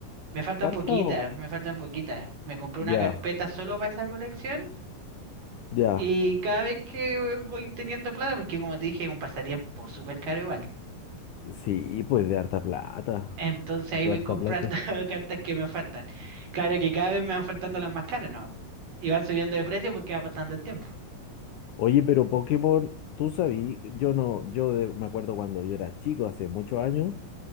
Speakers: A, on the right; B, on the left.
A: Me faltan
B: cartas
A: poquitas,
B: o...?
A: me faltan poquitas. Me compré
B: Ya,
A: una carpeta solo para esa colección
B: ya.
A: y cada vez que eh, voy teniendo plata, porque como te dije, es un pasatiempo súper caro igual.
B: Sí, pues de harta plata.
A: Entonces ahí
B: De
A: voy
B: harta
A: comprando
B: plata.
A: <laughs> cartas que me faltan. Claro que cada vez me van faltando las más caras, ¿no? Y van subiendo de precio porque va pasando el tiempo.
B: Oye, pero Pokémon, tú sabí, yo no, yo de- me acuerdo cuando yo era chico, hace muchos años,